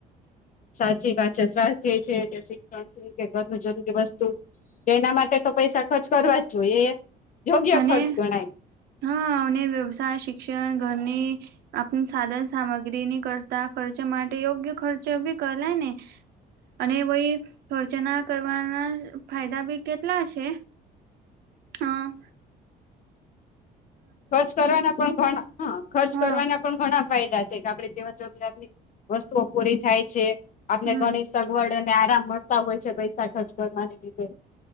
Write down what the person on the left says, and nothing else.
સાચી પાછળ સ્વાથ્ય છે. કે ઘરનું જરૂરી વસ્તુ, એના માટે તો પૈસા ખર્ચ કરવા જ જોઈએ એમ. યોગ્ય
ખર્ચ ગણાય.
ખર્ચ કરવાના પણ ઘણા હા ખર્ચ
કરવાના પણ ઘણા ફાયદા છે કે આપણે જીવન જરૂરિયાત ની આપની વસ્તુઓ પૂરી થાય છે, આપને
ગણી સગવડ અને આરામ મળતા હોય છે પૈસા ખર્ચ કરવાની લીધે.